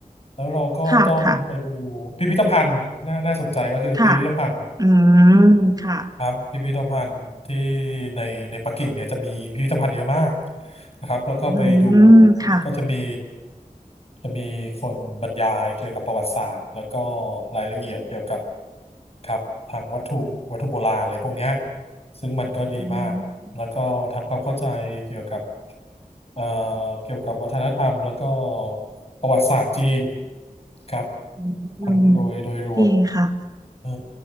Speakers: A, on the left; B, on the right.
A: แล้วเราก็ต้องไปดูพิพิธภัณฑ์น่าน่าสนใจก็คือพิพิธภัณฑ์
B: ค่ะค่ะค่ะอืมค่ะ
A: ครับพิพิธภัณฑ์ที่ในในปักกิ่งเนี่ยจะมีพิพิธภัณฑ์เยอะมากนะครับแล้วก็ไปดู
B: อืมค่ะ
A: ก็จะมีจะมีคนบรรยายเกี่ยวกับประวัติศาสตร์แล้วก็รายละเอียดเกี่ยวกับครับทางวัตถุวัตถุโบราณอะไรพวกเนี้ยซึ่งมันก็ดีมากแล้วก็ทำความเข้าใจเกี่ยวกับ
B: อืม
A: เอ่อเกี่ยวกับวัฒนธรรมแล้วก็ประวัติศาสตร์จีนครับ
B: อืม
A: ทั้งโดยโดยรวม
B: ดีค่ะ
A: เออ